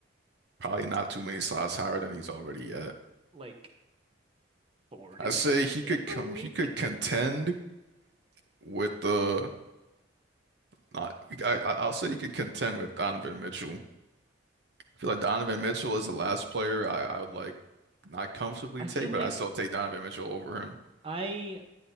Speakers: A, on the right; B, on the right.
A: Probably not too many slots higher than he's already at.
B: like 40th
A: I say he
B: in
A: could come
B: the league.
A: he could contend with the not I I- I'll say he could contend with Donovan Mitchell. I feel like Donovan Mitchell is the last player I, I would like not comfortably
B: I
A: take,
B: feel
A: but
B: like
A: I still take Donovan Mitchell over him.
B: I